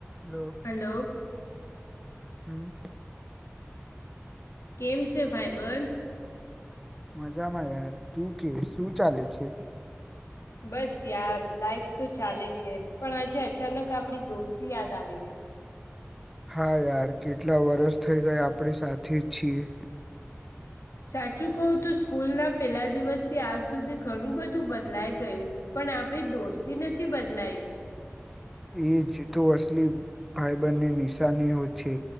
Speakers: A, in the centre; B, on the left.
A: Hello
B: hello
A: હમ
B: કેમ છે ભાઈ બન
A: મજામાં યાર તું કે શું ચાલે છે?
B: બસ યાર લાાઈફ તો ચાલે છે પણ આજે અચાનક આપડી દોસ્તી યાદ આવી ગઈ <inaudible>
A: હા યાર કેટલા વરષ થઈ ગયા આપણે સાથે છીએ.
B: સાચું કવું તું સ્કૂલ ના પેલા દિવસ થી આજ સુધી ઘણું બધું બદલાય ગયું. પણ આપડી દોસ્તી નથી. બદલાઈ
A: એ જ તો અસલી ભાઈ બંધની નિશાની હો છે